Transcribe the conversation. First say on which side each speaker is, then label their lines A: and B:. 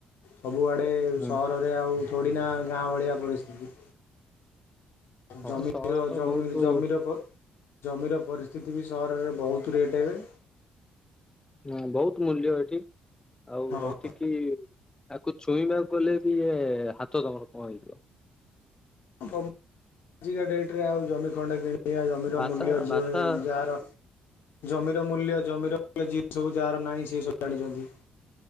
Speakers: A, on the left; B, on the left.
A: ସବୁଆଡ଼େ
B: ହୁଁ
A: ସହରରେ ଆଉ ଥୋଡ଼ିନା ଗାଁ ଭଳିଆ ପରିସ୍ଥିତି।
B: ହଁ
A: ଜମି
B: ସହର ତ
A: ଜମି
B: ବହୁତ
A: ଜମିରପ ଜମିର ପରିସ୍ଥିତି ବି ସହରରେ ବହୁତ ରେଟ୍ ଏବେ।
B: ହଁ ବହୁତ ମୂଲ୍ୟ ଏଠି। ଆଉ
A: ହଁ।
B: ଏଠିକି ତାକୁ ଛୁଇଁବାକୁ ଗଲେ ବି ଇଏ ହାତ ତମର କଣ ହେଇଯିବ।
A: ଆଜିକା ଡେଟ୍ ରେ ଆଉ ଜମି ଖଣ୍ଡ କିଣି ଏ ଜମିର
B: ଭାଷା
A: ମୂଲ୍ୟ ଯିଏ
B: ଭାଷା
A: ଯାହାର ଜମିର ମୂଲ୍ୟ ଜମିର ଯିଏ ସବୁ ଯାହାର ନାହିଁ ସେ ସବୁ ଜାଣିଛନ୍ତି।